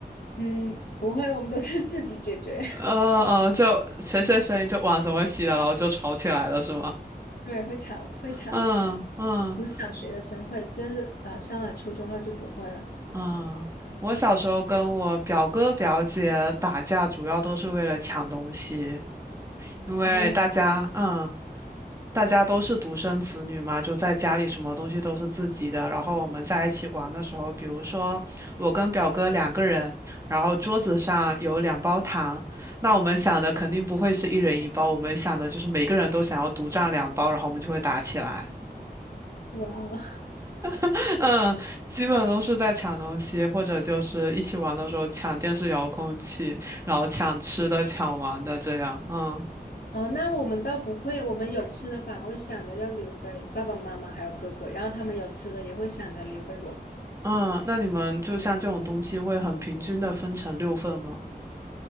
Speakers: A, on the left (about 70°); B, on the right (about 15°).
A: 嗯，不会，我们都是自己解决。
B: 嗯嗯，就谁谁谁就碗怎么洗的，然后就吵起来了，是吗？
A: <laughs> 对，会吵，会吵起来。
B: 嗯嗯
A: 读小学的时候会，但是呃，上了初中后就不会了。
B: 嗯，我小时候跟我表哥表姐打架，主要都是为了抢东西，因为大家嗯。
A: 啊，
B: 大家都是独生子女嘛，就在家里什么东西都是自己的。然后我们在一起玩的时候，比如说我跟表哥两个人，然后桌子上有两包糖，那我们想的肯定不会是一人一包，我们想的就是每个人都想要独占两包，然后我们就会打起来。
A: 哇哦，
B: <laughs> 嗯，基本都是在抢东西，或者就是一起玩的时候抢电视遥控器，然后抢吃的、抢玩的这样。嗯
A: 哦，那我们倒不会，我们有吃的反而会想着要留给爸爸妈妈还有哥哥，然后他们有吃的也会想着留给我。
B: 嗯，那你们就像这种东西会很平均的分成六份吗？